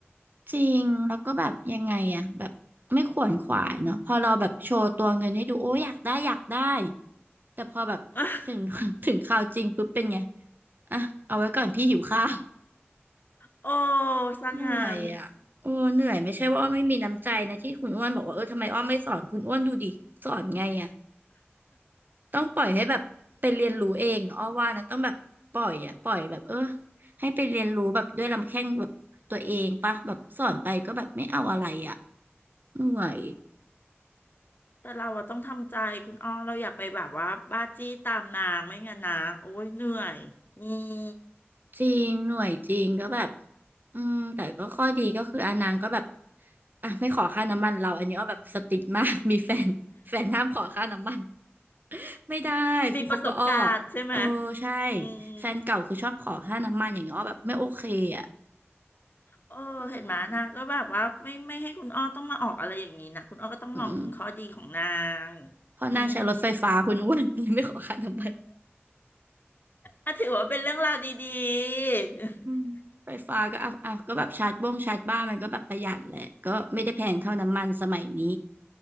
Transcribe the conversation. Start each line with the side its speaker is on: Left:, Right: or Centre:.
Right: จริงแล้วก็แบบยังไงอะแบบไม่ขวนขวายเนาะพอเราแบบโชว์ตัวเงินให้ดูโอ้ยอยากได้อยากได้แต่พอแบบถึง
Left: อ่ะ
Right: <laughs> ถึงคราวจริงปุ๊บเป็นไงอ่ะเอาไว้ก่อนพี่หิวข้าว
Left: โอ้สังหาร
Right: เหนื่อยอ่ะโอ้เหนื่อยไม่ใช่ว่าอ้อไม่มีน้ำใจนะที่คุณอ้วนบอกว่าเออทำไมอ้อไม่สอนคุณอ้วนดูดิสอนไงอ่ะ
Left: ต้อง
Right: ต้องปล่อยให้แบบไปเรียนรู้เองอ้อว่านะต้องแบบปล่อยอะปล่อยแบบเออให้ไปเรียนรู้แบบด้วยลำแข้งแบบตัวเองปะแบบสอนไปก็แบบไม่เอาอะไรอะเหน่อย
Left: แต่เราอะต้องทำใจคุณอ้อเราอย่าไปแบบว่าบ้าจี้ตามนางไม่งั้นนะโอ้ยเหนื่อยอืม
Right: จริงหน่วยจริงก็แบบอืมแต่ก็ข้อดีก็คืออานางก็แบบอ่ะไม่ขอค่าน้ำมันเราอันนี้อ้อแบบสติ๊กมาก <laughs> มีแฟนแฟนห้ามขอค่าน้ำมันไม่ได้คือคบกับอ้อ
Left: มีประสบการณ์ใช่ไหม
Right: เออใช่
Left: อืม
Right: แฟนเก่าคือชอบขอค่าน้ำมันอย่างเงี้ยอ้อแบบไม่โอเคอ่ะ
Left: เออเห็นไหมนางก็แบบว่าไม่ไม่ให้คุณอ้อต้องมาออกอะไรอย่างนี้นะคุณอ้อก็ต้องมองถึงข้อดีของนางอืม
Right: อืมอืม เพราะนางใช้รถไฟฟ้าคุณอ้วนยังไม่ขอค่าน้ำมัน
Left: อ่ะถือว่าเป็นเรื่องราวดีๆ
Right: อืมไฟฟ้าก็อ่ะอ่ะก็แบบชาร์จบ้งชาร์จบ้านมันก็แบบประหยัดแหละก็ไม่ได้แพงเท่าน้ำมันสมัยนี้